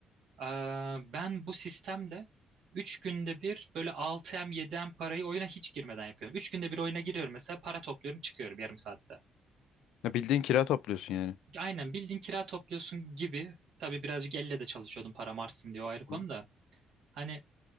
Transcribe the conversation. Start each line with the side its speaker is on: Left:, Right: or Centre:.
Right: Ee, ben bu sistemle 3 günde bir böyle 6M 7M parayı oyuna hiç girmeden yapıyorum. 3 günde bir oyuna giriyorum mesela para topluyorum çıkıyorum yarım saatte.
Left: Ya bildiğin kira topluyorsun yani.
Right: Aynen bildiğin kira topluyorsun gibi. Tabii birazcık elle de çalışıyordum param artsın diye o ayrı konu
Left: Hı hı.
Right: da. Hani